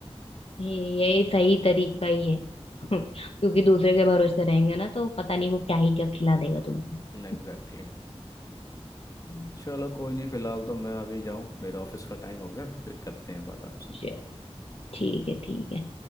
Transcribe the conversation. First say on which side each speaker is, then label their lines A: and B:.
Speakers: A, on the left; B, on the left.
A: ये ये सही तरीका ही है <laughs> क्योंकि दूसरे के भरोसे रहेंगे ना तो पता नहीं वो क्या ही क्या खिला देगा तुमको
B: Exactly
A: <laughs>
B: exactly.
A: हम्म,
B: चलो कोई नहीं फिलहाल तो मैं अभी जाऊँ मेरा ऑफिस का टाइम हो गया फिर करते हैं बात आपसे
A: चलो ठीक है ठीक है